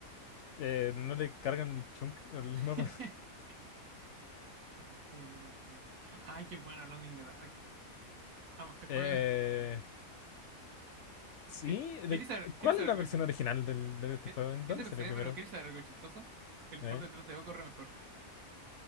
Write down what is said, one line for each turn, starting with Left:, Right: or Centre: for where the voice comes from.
Left: Eh, no le cargan el chunk al
Right: <laughs>
Left: mapa. <laughs>
Right: A ver, ¿qué viene después? Ay, qué bueno, hablando in the Dark. Amo este juego.
Left: Eh,
Right: <laughs>
Left: sí,
Right: ¿Qué- ¿Queréis
Left: de-
Right: saber, queréis
Left: ¿cuál
Right: saber
Left: es la
Right: algo
Left: versión
Right: chistoso?
Left: original del, de este
Right: Es
Left: juego? ¿En
Right: es
Left: dónde
Right: de PC,
Left: salió primero?
Right: pero ¿queréis saber algo chistoso? El
Left: Eh,
Right: port de 3DO corre mejor. <laughs>